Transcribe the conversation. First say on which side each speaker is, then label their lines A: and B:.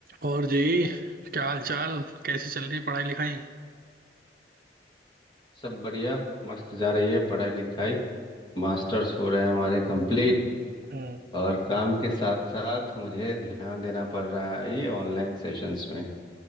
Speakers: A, on the right; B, on the left.
A: और जी क्या हाल चाल कैसी चल रही है पढ़ाई लिखाई
B: सब बढ़िया मस्त जा रही है पढ़ाई लिखाई मास्टर्स हो रहे हैं हमारे कंप्लीट
A: हम्म
B: और काम के साथ साथ मुझे ध्यान देना पड़ रहा है ये ऑनलाइन सेशंस में